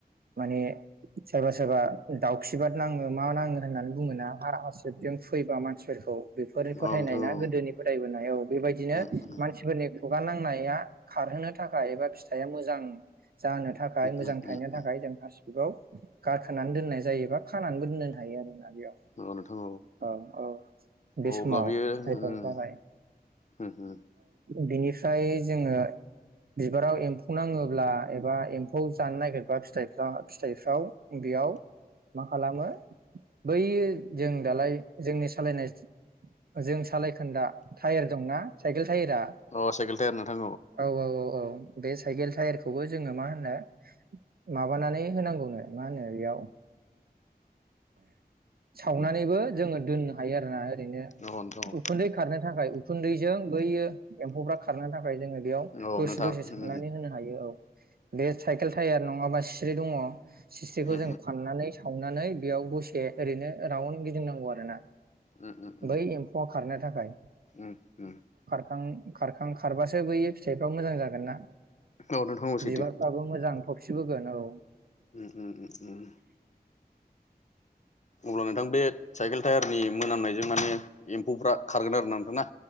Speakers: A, on the right (about 70°); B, on the left (about 45°).
A: माने सोरबा सोरबा दाउखिबाद नाङो मा नाङो होननानै बुङो ना हारा हासिबजों फैयबा मानसि फोरखौ बेफोरो फोथायनाय
B: औ नोंथां
A: ना
B: औ
A: गोदोनि फोदायबोनाय औ बेबायदिनो
B: उम उम
A: मानसिफोरनि खुगा नांनाया खारहोनो थाखाय एबा फिथाया मोजां जानो थाखाय मोजां
B: उम
A: थायनो
B: उम उम
A: थाखाय जों हासि दिबाव गाखोनानै दोननाय जायोबा खानानै दोननोन हायो आरोना याव
B: औ नोंथां
A: औ औ बे
B: औ
A: समाव
B: अब्ला बियो
A: फिथाइ थाइ
B: उम
A: बाबाय
B: उम उम
A: बिनिफ्राय जोङो बिबाराव एम्फौ नाङोब्ला एबा एम्फौ जानो नागिरबा फिथाइफ्रा फिथाइफ्राव बेयाव मा खालामो बै जों दालाय जोंनि सालायनाय जों सालायखोन्दा टायार दंना साइकेल टायेरा
B: अ साइकेल टायार नोंथां
A: औ औ औ औ बे साइकेल टायारखौबो जोङो मा होनो माबानानै होनांगौनो मा होनो बेयाव सावनानैबो जोङो दोननो हायो आरोना रैनो
B: औ नोंथां औ
A: उखुन्दै खारनो थाखाय उखुन्दै जों बैयो एम्फौफ्रा खारनो था बाय जोङो बेयाव
B: औ
A: दसे
B: नोंथां
A: दसे सोमनानै
B: उम
A: होनो हायो औ बेयो साइकेल टाइयार नङाबा स्रि दङ सिस्रिखौ
B: उम
A: जों फाननानै सावनानै बेयाव दसे ओरैनो राउन्ड गिदिंनांगौ आरो ना
B: उम उम उम
A: बै एम्फौआ खारनो था फ्राय
B: उम उम
A: खारखां खारखां खारबासो बैयो फिथाइफ्राबो मोजां जागोन ना
B: औ नोंथां औ सैथो
A: बिबारफ्राबो मोजां थफि बोगोन औ
B: उम उम उम उम अब्ला नोंथां बे साइकेल टायारनि मोनामनायजों माने एम्फौफ्रा खारगोन आरो ना नोंथां ना